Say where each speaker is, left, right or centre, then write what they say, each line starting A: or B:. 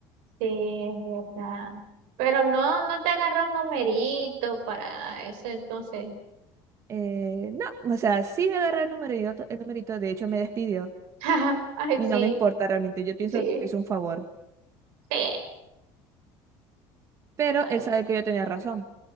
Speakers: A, on the right; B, on the right.
A: Sí, es verdad. Pero no, no te agarró el numerito para eso, entonces.
B: Eh, no, o sea, sí me agarré el numerito, el numerito, de hecho me despidió.
A: <laughs> Ay,
B: Y
A: sí,
B: no me importa realmente, yo pienso
A: sí,
B: que me hizo un favor.
A: sí.
B: Pero
A: Ay,
B: él sabe que yo tenía razón.